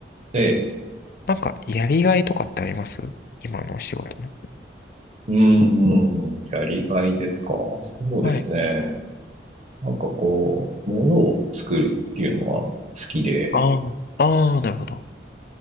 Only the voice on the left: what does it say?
なんかやりがいとかってあります今のお仕事の。
はい。
ああ、ああ、なるほど。